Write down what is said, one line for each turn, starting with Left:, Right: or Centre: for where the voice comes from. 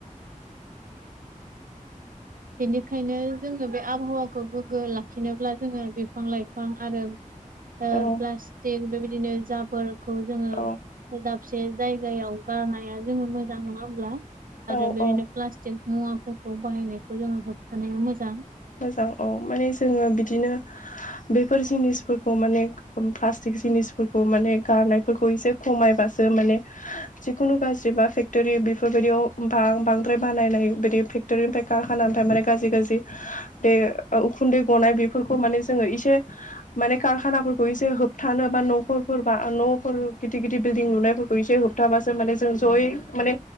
Right: बेनिखायनो जोङो बे आबहावाखौ गोग्गो लाखिनोब्ला जोङो बिफां लाइफां आरो प्लास्टिक
Left: औ
Right: बेबायदिनो जाफोर खौ जोङो
Left: औ
Right: दाबसे जायगायाव गारनाया जोङो मोजां नङा होमब्ला।
Left: औ
Right: आरो बेबायनो
Left: औ
Right: प्लास्टिक मुवाफोरखौ बाहायनायखौ जोङो होबथानाया मोजां।
Left: मोजां औ माने जोङो बिदिनो बेफोर जिनिसफोरखौ माने प्लास्टिक जिनिसफोरखौ माने गारनायफोरखौ एसे खमायबासो माने जिखुनु गाज्रि बा फेक्टरि बेफोरबायदियाव बांद्राय बानायनाय बायदि फेक्टरनिफ्राय खुराना निफ्राय ओम माने गाज्रि गाज्रि बे उखुन्दै गनाय बेफोरखौ माने जोङो एसे माने कारखानाफोरखौ एसे होबथानो बा न'खरफोरबा न'फोर गिदिर गिदिर बिल्डिं लुनायफोरखौ एसे होबथाबासो माने जों जयै माने